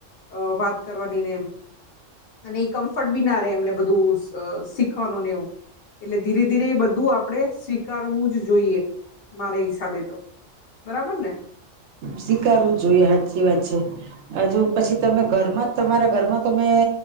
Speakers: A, on the left; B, on the right.
A: અ વાત કરવાની ને એમ. અને કમ્ફર્ટ બી ના રહે બધું શ શીખવાનું ને એવું. એટલે ધીરે ધીરે એ બધું આપણેે સ્વીકારવું જ જોઈએ મારા હિસાબે તો. બરાબર ને.
B: સ્વીકારવું જ જોઈએ સાચી વાત છે. હજુ પછી તમે ઘરમાં જ તમારા ઘરમાં તમે